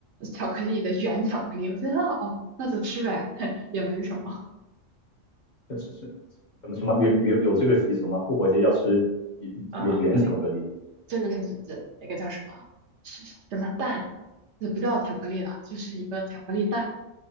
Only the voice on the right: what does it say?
巧克力的原巧克力，我觉得哦那就吃呗，<laughs> 也没什么。
呃，啊那这个是这那个叫什么？是是什么蛋呀？这不叫巧克力了，就是一个巧克力蛋。